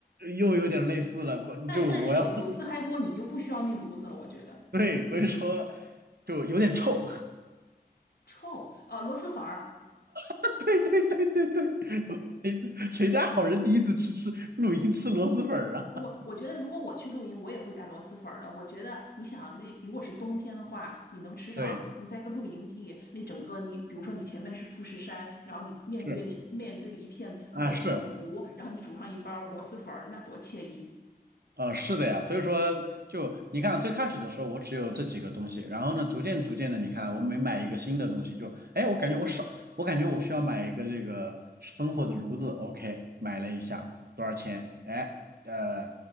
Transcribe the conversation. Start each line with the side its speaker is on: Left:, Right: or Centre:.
Right: 又有点类似了，
Left: 但但是有有自嗨锅，
Right: 就我要
Left: 你就不需要那炉子了，我觉得
Right: <laughs> 对，所以说就有点臭。
Left: 臭。呃，螺蛳粉儿，
Right: <laughs> 对对对对对，我谁谁家好人第一次去吃露营吃螺蛳粉儿啊？
Left: 我我觉得如果我去露营，我也会带螺蛳粉儿的。我觉得你想那如果是冬天的话，你能吃上，
Right: <laughs> 对，
Left: 你在一个露营地，那整个你比如说你前面是富士山，然后你面对着面对着一片美丽的湖，
Right: 是啊是
Left: 然后你煮上一包螺蛳粉儿，那多惬意！
Right: 呃是的呀，所以说就你看最开始的时候我只有这几个东西，然后呢逐渐逐渐的你看我每买一个新的东西就哎我感觉我少我感觉我需要买一个这个烽火的炉子，OK 买了一下多少钱？哎呃